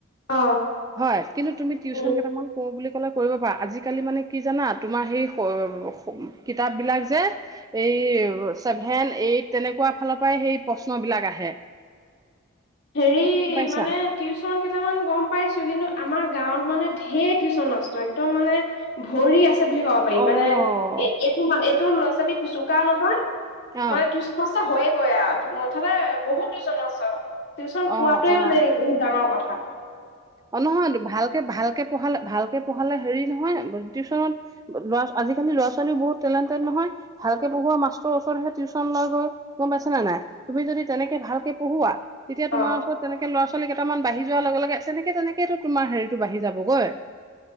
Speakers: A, on the left; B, on the right.
A: অ
B: হয়, কিন্তু তুমি টিউচন
A: উম
B: কেইটামান কৰোঁ বুলি কালে কৰিব পাৰা, আজালি মানে কি জানা? তোমাৰ হেৰি স, কিতাপ বিলাক যে, এই চেভেন এইট তেনেকোৱা ফালৰ পৰাই হেৰি প্ৰশ্ন বিলাক আহে।
A: হেৰি,
B: গম পাইছা?
A: মানে টিউশচন কেইটামান গম পাইছো, কিন্তু আমাৰ গাঁৱত মানে ঢেৰ টিউচন মাষ্টৰ, এক্দম মানে ভৰি আছে বুলি ক'ব পাৰি।
B: অ',
A: মানে, এইটো এইটো ল'ৰা ছোৱালী চোকা নহয়,
B: অ'।
A: মানে টিউচন মাষ্টৰ হৈয়ে গৈ আৱ এইটো, মুঠতে বহুত টিউচন মাষ্টৰ। টিউশন
B: অ',
A: পোৱাটোৱে
B: অ'।
A: মানে বহুত ডাঙৰ কথা। -থা।
B: অ নহয়, ভালকে ভালকে পঢ়ালে, ভাল কে পঢ়ালে হেৰি নহয়, টিউচনত ল'ৰা, আজিকালি ল'ৰা ছোৱালীও বহুত টেলেণ্টেড নহয়, ভালকে পঢ়োৱা মাষ্টৰৰ ওচৰতহে টিউচন লয় গৈ। গম পাইছে নে নাই, তুমি যদি তেনেকে ভালকে পঢ়োওৱা, তেতিয়া
A: অ
B: তোমাৰ ওচৰত তেনেক ল'ৰা ছো ছোৱালী কেইটামান বাঢ়ি যোৱাৰ লগে লগে আছেনে তেনে তেনেকে তোমাৰ হেৰিটো বাঢ়ি যাবগৈ